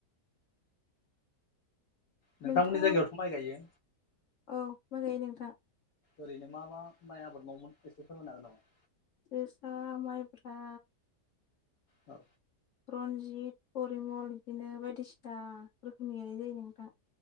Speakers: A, on the left; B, on the left.
A: नोंथांमोननि
B: नोंथाङा
A: जायगायावथ' माइ गायो?
B: औ माइ गायो नोंथां।
A: ओरैनो मा मा माइ आबाद मावोमोन एसे फोरमायनो हागोन नामा?
B: जोसा माइब्रा
A: औ
B: रनजित, परिमल बिदिनो बायदिसिना रोखोमनि नुनाय जायो नोंथां।